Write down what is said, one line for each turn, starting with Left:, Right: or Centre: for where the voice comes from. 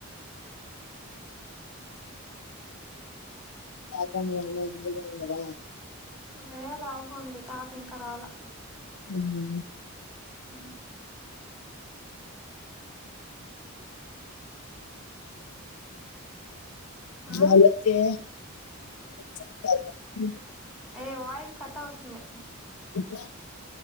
Left: తాతా మీ అవ్వ మంచిగున్నరా
Centre: లేద్ అవ్వుంది. తాత ఇంకా రాలా
Left: మ్
Centre: ఆ ఆ
Left: వాళ్ళైతే <inaudible>
Centre: ఏ వాయిస్ కట్ అవుతుంది.
Left: ఇప్పుడా